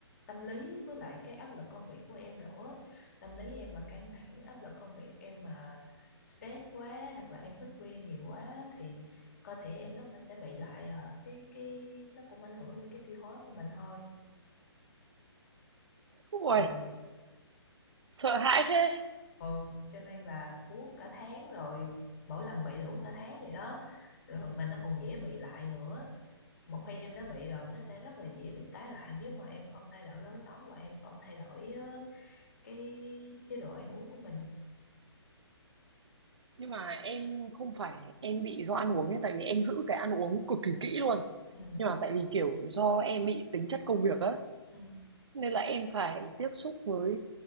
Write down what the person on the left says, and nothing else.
tâm lý với lại cái áp lực công việc của em nữa tâm lý em mà căng thẳng áp lực công việc em mà stress quá hoặc là em thức khuya nhiều quá thì cơ thể em nó sẽ bị lại à, cái cái nó cũng ảnh hưởng lên cái tiêu hóa của mình thôi
rồi
ừ cho nên là uống cả tháng rồi mỗi lần bị là uống cả tháng vậy đó rồi mà nó còn dễ bị lại nữa một khi em đã bị rồi nó sẽ rất là dễ bị tái lại nếu mà em không thay đổi lối sống và em không thay đổi ờ, cái chế độ ăn uống của mình
ừ
ừ